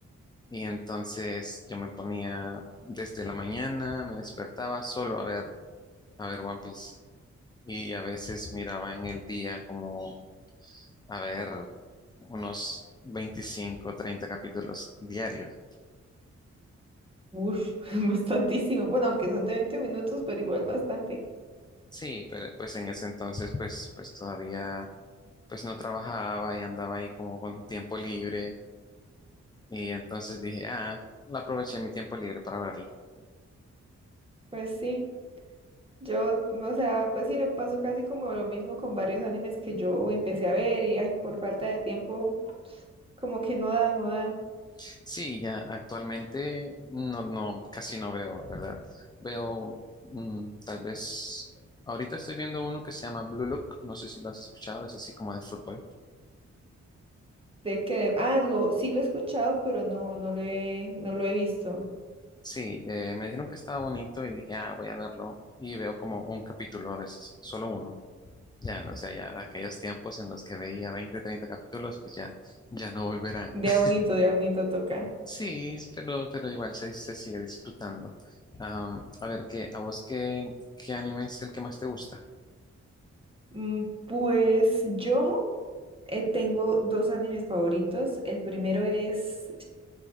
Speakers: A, on the left (about 15°); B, on the right (about 20°).
A: Y entonces yo me ponía desde la mañana, me despertaba solo a ver, a ver One Piece. y a veces miraba en el día como, a ver, unos 25 30 capítulos diarios.
B: Ush, <laughs> bastantísimo. Bueno, aunque son de 20 minutos, pero igual bastante.
A: Sí, pero pues en ese entonces pues, pues todavía pues no trabajaba y andaba ahí como con tiempo libre y entonces dije, ah, la aproveché mi tiempo libre para verlo.
B: Pues sí. Yo, o sea, pues sí me pasó casi como lo mismo con varios animes que yo empecé a ver y ay, por falta de tiempo, como que no da, no da.
A: Sí, ya actualmente no, no, casi no veo, ¿verdad? Veo mm, tal vez, ahorita estoy viendo uno que se llama Blue Look, no sé si lo has escuchado, es así como de fútbol.
B: De que, ah, lo, sí lo he escuchado, pero no, no lo he, no lo he visto.
A: Sí, eh, me dijeron que estaba bonito y dije, ah, voy a verlo. Y veo como un capítulo a veces, solo uno. Ya, o sea, ya aquellos tiempos en los que veía 20 30 capítulos, pues ya, ya no volverán.
B: De
A: <laughs>
B: Aunito, de Aunito toca.
A: Sí, pero, pero igual se, se sigue disfrutando. Am, a ver, ¿qué, a vos qué, qué anime es el que más te gusta?
B: Mm, Pues yo eh, tengo dos animes favoritos. El primero es